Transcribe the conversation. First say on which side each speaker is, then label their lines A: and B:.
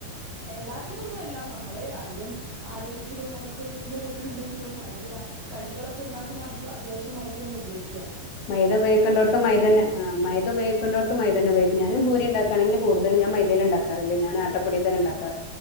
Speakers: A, on the right; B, on the left.
A: എല്ലാത്തിനൊന്നുല്ല നമ്മള് അധികം ആരോഗ്യത്തിൽ നോക്ക <unintelligible> ക്കെ ഉണ്ടെങ്കിലും മൈദ കടികളൊക്കെ ഉണ്ടാക്കുമ്പോ അധികം അത്യാവശ്യം. മൈദ തന്നെ ഉപയോഗിക്ക.
B: മൈദ ഉപയോഗിക്കണ്ടോടത്ത് മൈ ഒന്നെ ഉപയോഗിക്കും. മൈദ ഉപയോഗിക്കുന്നിടത്ത് മൈദ ഉപയോഗിക്കും. ഞാനും പൂരി ഉണ്ടാക്ക ണെങ്കിൽ കൂടുതല് ഞാൻ മൈദൽ ഇണ്ടാക്കാറില്ല. ഞാ ആട്ടപ്പൊടിതന്നെ ഇണ്ടാക്കാറ്.